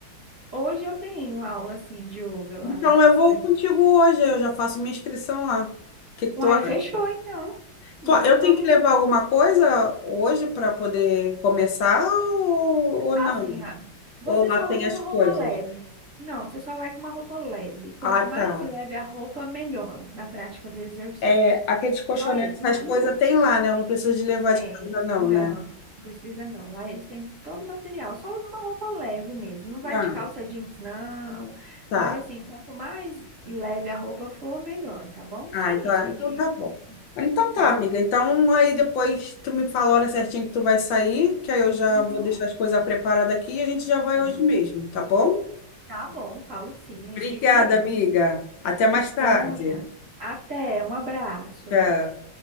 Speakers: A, on the right (about 50°); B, on the left (about 70°).
A: Hoje eu tenho aula assim de yoga lá
B: Então
A: na,
B: eu vou
A: na...
B: contigo
A: es-
B: hoje, eu já faço minha inscrição lá. O que que
A: Uai,
B: tu acha?
A: fechou então. Nós
B: Tu- Eu
A: vamos
B: tenho que levar alguma coisa hoje para poder começar ou, ou
A: assim,
B: não?
A: ah, você
B: Ou lá
A: só
B: tem
A: usa
B: as
A: uma
B: coisas?
A: roupa leve. Não, você só vai com uma roupa leve. Quanto
B: Ah, tá.
A: mais leve a roupa, melhor na prática do exercício.
B: É, aqueles colchonetes,
A: Aí, não,
B: essas coisas
A: não,
B: tem lá, né? Eu não preciso de levar
A: Tem.
B: de casa, não,
A: Não,
B: né?
A: precisa não. Lá eles têm todo o material. Só usa uma roupa leve mesmo. Não vai
B: Ah,
A: de calça jeans, não.
B: tá.
A: Vai assim, quanto mais leve a roupa for, melhor, tá bom? Só
B: Ah, então,
A: isso
B: ah,
A: que
B: então
A: eu te
B: tá bom. Então tá,
A: falo.
B: amiga. Então aí depois tu me fala a hora certinha que tu vai sair, que aí eu já
A: Uhum,
B: vou deixar as coisas preparadas aqui e a gente já vai
A: sim.
B: hoje mesmo, tá bom?
A: Tá bom, falo sim, a
B: Obrigada,
A: gente combina.
B: amiga. Até
A: Disponha.
B: mais tarde.
A: Até, um abraço.
B: Tchau.